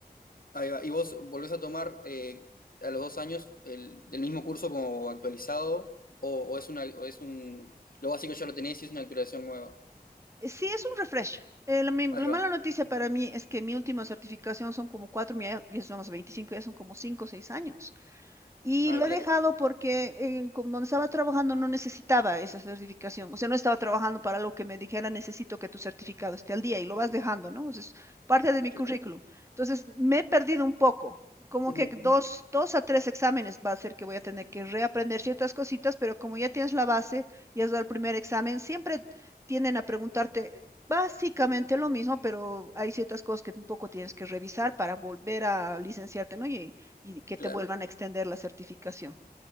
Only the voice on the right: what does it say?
eh, Sí, es un refresh. Eh, la, mi- la
mala
noticia para mí es que mi última certificación son como cuatro, mi- ya somos 25 ya son como cinco o seis años. Y
lo
he dejado porque en, con- donde estaba trabajando no necesitaba esa certificación. O sea, no estaba trabajando para algo que me dijera, necesito que tu certificado esté al día y lo vas dejando, ¿no? Eso es parte de mi
currículum. Entonces, me he perdido un poco. Como
que dos, dos a tres exámenes va a ser que voy a tener que reaprender ciertas cositas, pero como ya tienes la base y has dado el primer examen, siempre tienden a preguntarte básicamente lo mismo, pero hay ciertas cosas que un poco tienes que revisar para volver a licenciarte, ¿no? Y, y que
te vuelvan a extender la certificación.